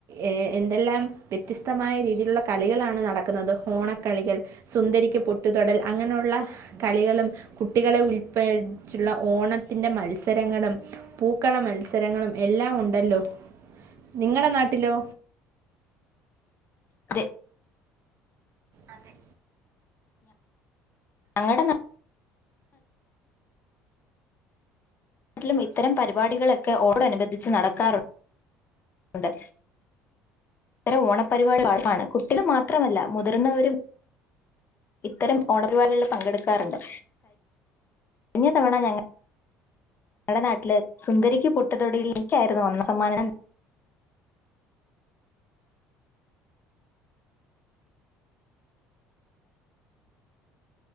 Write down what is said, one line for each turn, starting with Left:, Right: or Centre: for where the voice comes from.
Right: ഏഹ് എന്തെല്ലാം വ്യത്യസ്തമായ രീതി രീതിയിലുള്ള കളികളാണ് നടക്കുന്നത് ഓണക്കളികൾ സുന്ദരിക്ക് പൊട്ടുതൊടൽ അങ്ങനെയുള്ള കളികളും കുട്ടികളെ ഉൾപ്പെടിച്ചുള്ള ഓണത്തിന്റെ മത്സരങ്ങളും പൂക്കള മത്സരങ്ങളും എല്ലാം ഉണ്ടല്ലോ നിങ്ങളുടെ നാട്ടിലോ
Left: അതെ
Right: അതെ
Left: ഞങ്ങടെ നാ ട്ടിലും ഇത്തരം പരിപാടികളൊക്കെ ഓട അനുബന്ധിച്ച് നടക്കാറുണ്ട് ഇത്ര ഓണപരിപാടി ആക്കാണ് കുട്ടികൾ മാത്രമല്ല മു മുതിർന്നവരും ഇത്തരം ഓണരിപാടികളിൽ പങ്കെടുക്കാറുണ്ട്. കഴിഞ്ഞ തവണ ഞങ്ങൾ നമ്മുടെ നാട്ടില് സുന്ദരിക്ക് പൊട്ടത്തൊടൽ എനിക്കായിരുന്നു ഒന്നാം സമ്മാനം